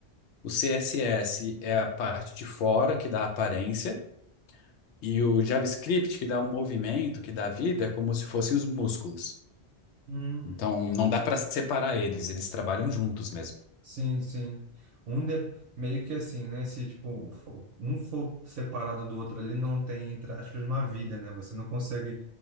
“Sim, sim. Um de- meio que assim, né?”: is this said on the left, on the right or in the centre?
Right